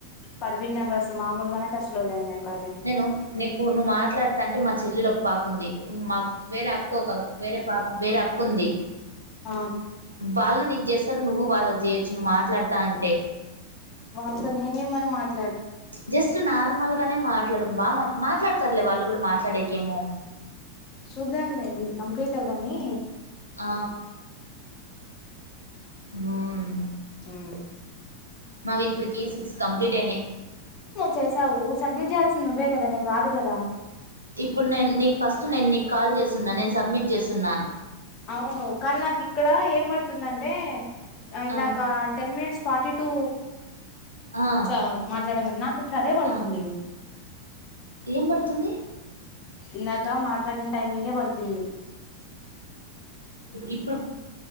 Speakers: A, on the left; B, on the right.
A: పర్వింద్ నంబర్సు మామూలుగానే టచ్ లో లేన్ నేను పర్
B: నేను నీకు నువ్వు మాట్లాడ్ అంటే మా చెల్లెలు ఒక పాప ఉంది మా వేరే అక్క ఒక వేరే పాప్ వేరే అక్కుంది
A: ఆ
B: వాళ్లు నిక్ జేస్సరు నువ్వు వాళ్ళకి జేయొచ్చు నువ్ మాట్లాడతా అంటే
A: వాల్తొ నేనేమని మాట్
B: జస్ట్ నార్మల్ గనే మాట్లాడు బాగా మాట్ తార్లే వాళ్ళు కుడ మాట్లాడెకేమో
A: శుద్దాం లె ఇది కంప్లీట్ అవ్వనీ
B: ఆ మ్మ్
A: మ్
B: మావి ఇప్పటికి సిక్స్ కంప్లీట్ అయినాయ్
A: చేసావూ సడ్మిట్ చేయాల్సింది నువ్వే కదా నీను కాదు కదా
B: ఇప్పుడు నేను నీక్ ఫస్ట్ నేను నీకు కాల్ చేస్తున్నా నేను సబ్మిట్ చేస్తున్నా
A: అవును కాని నాకు ఇక్కడ ఏం పడుతుందంటే ఇందాక
B: ఆ
A: టెన్ మినట్స్ ఫార్టి టూ
B: ఆ
A: చ మాట్లాడం కద్ నాకు ఇప్పుడు అదే పడుతుంది
B: ఆ ఏం పడుతుంది
A: ఇందాకా మాట్లాడిన్ టైమింగే పడుతుంది
B: ఇప్ప్